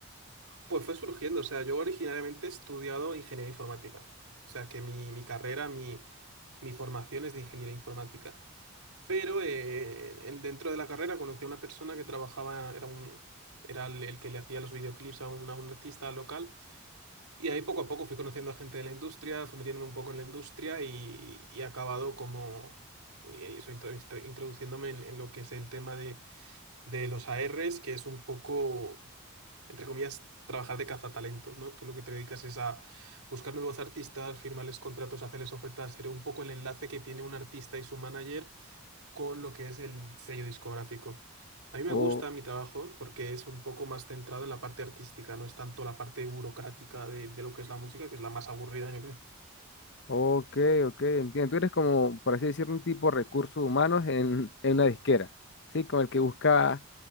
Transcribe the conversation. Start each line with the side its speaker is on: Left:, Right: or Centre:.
Right: Pues fue surgiendo, o sea, yo originariamente he estudiado ingeniería informática. O sea, que mi, mi carrera, mi, mi formación es de ingeniería informática, pero eh, en- dentro de la carrera conocí a una persona que trabajaba, era un, era el, el que le hacía los videoclips a un, a un artista local, y ahí poco a poco fui conociendo a gente de la industria, fui metiéndome un poco en la industria y, y he acabado como... eh, eso, intro- introduciéndome en, en lo que es el tema de, de los ARs, que es un poco entre comillas, trabajar de cazatalentos, ¿no? Tú lo que te dedicas es a buscar nuevos artistas, firmarles contratos, hacerles ofertas, ser un poco el enlace que tiene un artista y su manager con lo que es el sello discográfico. A mí me
Left: Oh,
Right: gusta mi trabajo porque es un poco más centrado en la parte artística, no es tanto la parte burocrática de, de lo que es la música, que es la más aburrida, yo creo.
Left: ok, ok, entiendo. Tú eres como, por así decirlo, un tipo de recursos humanos en, en una disquera, ¿sí? Con el que busca